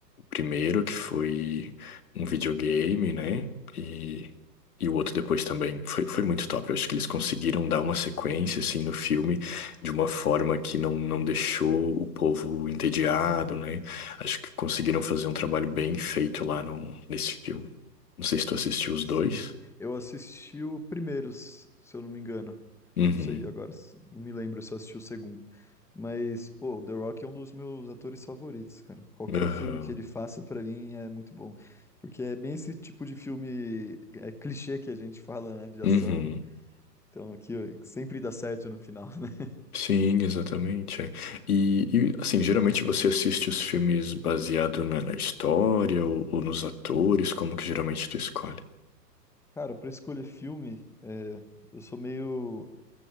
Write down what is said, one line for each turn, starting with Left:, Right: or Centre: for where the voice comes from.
Left: primeiro, que foi um videogame, né? E, e o outro depois também. Foi, foi muito top. Eu acho que eles conseguiram dar uma sequência, assim, no filme de uma forma que não, não deixou o povo entediado, né? Acho que conseguiram fazer um trabalho bem feito lá no, nesse filme. Não sei se tu assistiu os
Centre: Sim.
Left: dois.
Centre: Eu assisti o primeiro, s- se eu não me engano.
Left: Uhum.
Centre: Não sei agora, s- não me lembro se eu assisti o segundo. Mas, pô, o The Rock é um dos meus atores favoritos, cara. Qualquer
Left: Aham.
Centre: filme que ele faça, pra mim, é muito bom. Porque é bem esse tipo de filme, é clichê que a gente fala, né, de
Left: Uhum.
Centre: ação. Então, aqui ó, sempre dá certo no final, né? <laughs>
Left: Sim, exatamente. é. E, e, assim, geralmente você assiste os filmes baseado na, na história ou, ou nos atores, como que geralmente tu escolhe?
Centre: Cara, pra escolher filme, é, eu sou meio